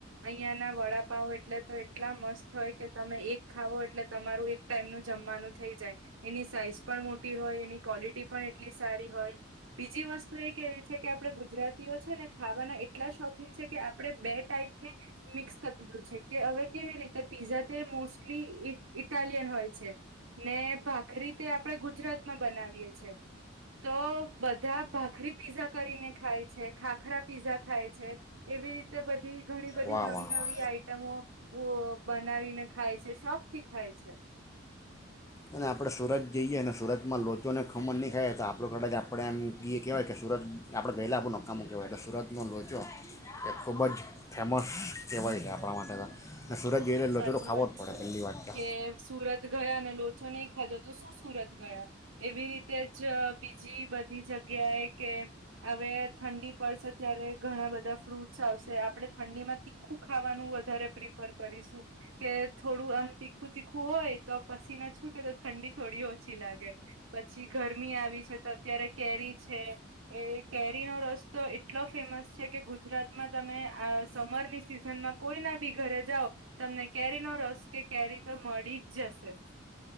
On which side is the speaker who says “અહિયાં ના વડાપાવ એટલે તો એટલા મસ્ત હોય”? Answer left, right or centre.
Right